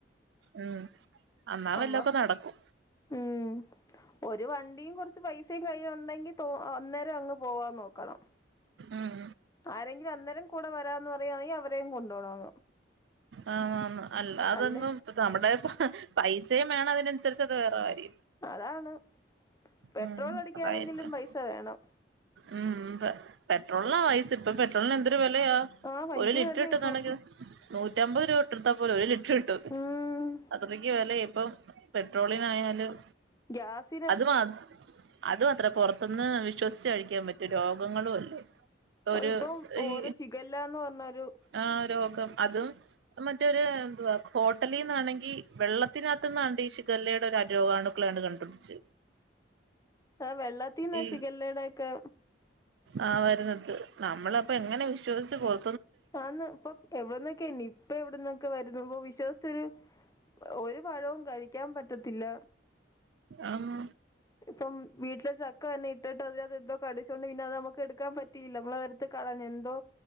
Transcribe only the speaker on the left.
അമ്മ
ഉം ഒരു വണ്ടിം കൊർച്ച് പൈസിം കയ്യ്ലുണ്ടെങ്കി തോ അന്നേരം അങ് പോവാം നോക്കണം
ആരെങ്കിലും അന്നേരം കൂട വരാന്ന് പറയാണെങ്കി അവരേം കൊണ്ടോണം
അല്ലേ
അതാണ് പെട്രോള്
അടിക്കാനെങ്കിലും
പൈസ വേണം
ആഹ് ഭയങ്കര
വെലയാ
ഇപ്പം
ഉം
ഗ്യാസ്
ഓ
ഇപ്പം ഓരോ
ശിഖല്ലാന്ന് പർഞ്ഞൊരു
ആ വെള്ളത്തീന്ന
ശിഗല്ലെടെക്കെ
ആന്ന് ഇപ്പ എവട്ന്നൊക്കെ നിപ്പ എവ്ട്ന്നൊക്കെ വരുന്ന ഇപ്പം വിശ്വസ് ച്ചരു ഒരു പഴവും കഴിക്ക്യാം പറ്റത്തില്ല
ഇപ്പം വീട്ടിലെ ചക്ക തന്നെ ഇട്ടിട്ട് അതിനത് എന്തോ കടിച്ചോണ്ട് പിന്നെ അത് നമുക്ക് എടുക്കാൻ പ റ്റിയില്ല നമ്മള് അത് എടുത്ത് കളഞ് എന്തോ